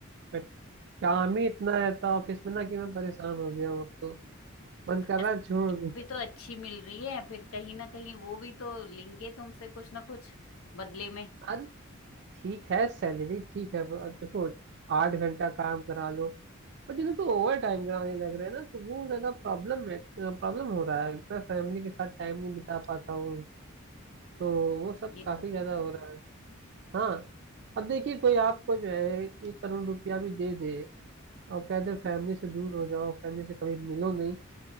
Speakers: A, on the right; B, on the left.
A: बट काम ही इतना रहता है ऑफिस में ना कि मैं परेशान हो गया हूँ अब तो
B: तो
A: मन
B: फैसिलिटी
A: कर रहा है छोड़ दूँ
B: भी तो अच्छी मिल रही है फिर कहीं ना कहीं वो भी तो लेंगे तुमसे कुछ ना कुछ बदले में
A: अरे ठीक है सैलरी ठीक है ब- देखो आठ घंटा काम करा लो बट इन्हें तो ओवर टाइम कराने लग रहे हैं ना तो वो ज्यादा प्रॉब्लम है प्रॉब्लम हो रहा है मैं फैमिली के साथ टाइम नहीं बिता पाता हूँ तो वो सब
B: ये
A: काफी
B: तो है
A: ज्यादा हो रहा है हाँ अब देखिए कोई आपको जो है एक करोड़ रुपया भी दे दे और कह दे फैमिली से दूर हो जाओ फैमिली से कभी मिलो नहीं